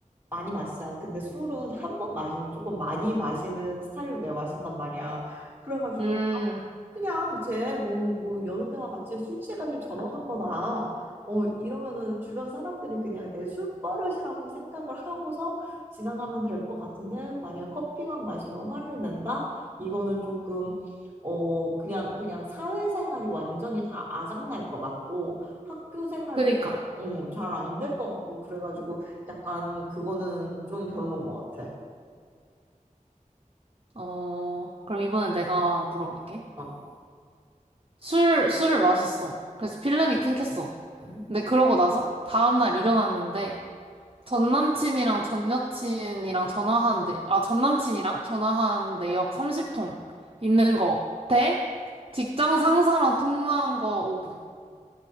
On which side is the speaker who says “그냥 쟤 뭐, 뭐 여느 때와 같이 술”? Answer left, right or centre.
Right